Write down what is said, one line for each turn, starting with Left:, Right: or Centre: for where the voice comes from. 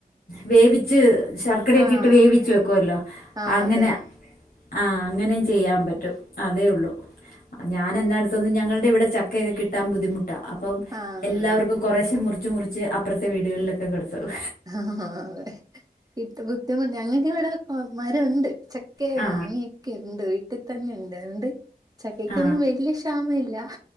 Left: വേ വിച്ച് ശർക്കരയൊക്കെ
Right: ആഹ്
Left: ഇട്ട് വേവിച്ചു വെക്കുവല്ലോ
Right: ആഹ്
Left: അങ്ങനെ
Right: അതെ അതെ
Left: ആഹ അങ്ങനെയും ചെയ്യാൻ പറ്റും അതേ ഉള്ളു ഞാൻ എാ അടുത്തോന്നന്ന് ഞങ്ങളുടെ ഇവിടെ ചക്കയൊക്കെ കിട്ടാൻ ബുദ്ധിമുട്ടാ അപ്പം
Right: ആഹ്
Left: എല്ലാവർക്കും കുറശെ മുറി മുറിച്മൂറിച്ച് അപ്പുറത്തെ വീടുകളിലൊക്കെ കൊടുത്തു വിടു
Right: ഹാആ അതെ ഇട്ട് ബുദ്ധിമുട്ട.. ഞങ്ങക്കവിടെ മര ഇണ്ട് ച ഒക്കെ
Left: ആ
Right: മാങ്ങിയൊക്കെ ഉണ്ട് വീട്ടിൽ തന്നെ ഉണ്ട് അതുകൊണ്ട് ചക്കയ്ക്കൊന്നും
Left: ആ
Right: വെല്യ ക്ഷാമ ഇല്ല.